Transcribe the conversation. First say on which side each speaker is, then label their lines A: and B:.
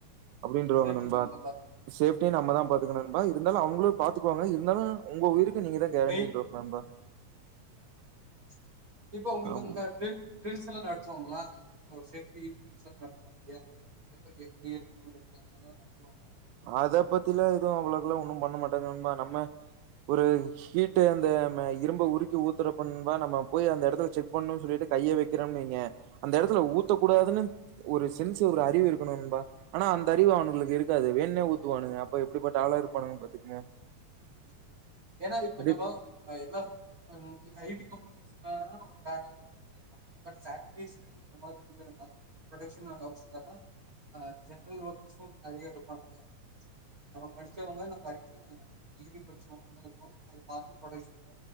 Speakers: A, on the right; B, on the right.
A: அப்படின்றவாங்க
B: சேஃப்டி
A: நண்பா
B: நம்ம தா பாத்து
A: சேப்டியினு நம்ம தான் பாத்துக்கணும் நண்பா இருந்தாலும் அவுங்களும் பாத்துக்குவாங்க இருந்தாலும் உங்க உயிருக்கு நீங்க தான் கேரண்டிடோ
B: மெய்
A: நண்பா.
B: ஸ். இப்ப உங்களுக்கு
A: ஆமா
B: உங்க டெல் டெல்ஸ் எல்லாம் நட. த்துவோங்களா இப்ப சேஃப்டி ஃப்ரெண்ட்ஸ் நடத்துவாங்க இல்லையா. எப்ப எப்படி இருக்கணும் எல்லா. அதல்லாம் நடத்துவங்களா.
A: அத பத்திலாம் எதுவும் அவ்வளவுக்கெல்லாம் ஒன்னும் பண்ண மாட்டேங்க நண்பா நம்ம ஒரு ஹீட்டு அந்த இரும்ப உருக்கி ஊத்துறப்ப நண்பா நம்ம போய் அந்த இடத்துல செக் பண்ணும்னு சொல்லிட்டு கைய வைக்கிறோம்வீங்க. அந்த இடத்துல ஊத்தக்கூடாதுன்னு.
B: ஆமா
A: ஒரு சென்ஸ் ஒரு அறிவு இருக்கணும் நண்பா. ஆனா அந்த அறிவு அவனுங்களுக்கு இருக்காது வேண். ணே ஊத்துவானுங்க அப்ப எப்படிப்பட்ட ஆளா இருப்பானுங்க பாத்துக்கங்க.
B: <inaudible> ஏன்னா இப்ப
A: அடி
B: நம்ம எல்லாம் பண்ணனு. இது ஐடி கம்பெனிஸ்ல்லாம் ஒரு வேற இது இருக்கு. பட் சேட்டடீஸ்சு இந்த மாதிரி இதுல்லாம் ப்ரொடெக்ஷன் ஹைஸ்ல்லாம் ஜென்ரல் ஒர்க்கர்ஸும் நறைய இருப்பாங்க இல்லையா. நம்ம படிச்சவங்க நம்ம ஐடி வேல. டிகிரி படிச்சவங்க உள்ள இருப்போம் அத பாத்து ப்ரொடக்ஷன்ல